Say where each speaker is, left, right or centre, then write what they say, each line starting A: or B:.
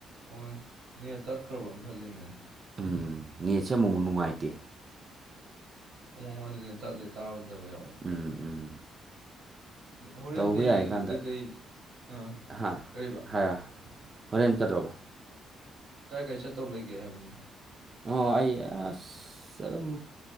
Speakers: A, on the right (about 85°); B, on the right (about 35°).
A: ꯑꯣ ꯅꯦꯠ ꯇꯠꯈ꯭ꯔꯕꯅ ꯈꯜꯂꯨꯢꯃꯤꯅꯦ
B: ꯎꯝ ꯅꯦꯠꯁꯦ ꯑꯃꯨꯃꯨꯛ ꯅꯨꯡꯉꯥꯏꯇꯦ
A: ꯑꯃꯨꯛ ꯑꯃ ꯑꯗꯨꯅꯤ ꯇꯠꯂꯦ ꯇꯥꯕꯗꯕ ꯌꯥꯎꯋꯦ
B: ꯎꯝ ꯎꯝ
A: ꯍꯣꯔꯦꯟꯗꯤ
B: ꯇꯧꯕ ꯌꯥꯏ ꯀꯥꯟꯗ
A: ꯀꯩꯀꯩ ꯑꯥ
B: ꯍꯥ
A: ꯀꯔꯤꯕ
B: ꯍꯥꯏ ꯍꯣꯔꯦꯟ ꯀꯗ꯭ꯔꯣꯕ
A: ꯀꯥꯏ ꯀꯥꯏ ꯆꯠꯇꯧ ꯂꯩꯒꯦ ꯍꯥꯏꯕꯅꯤꯗ
B: ꯑꯣ ꯑꯩ ꯑꯁ ꯑꯗꯨꯝ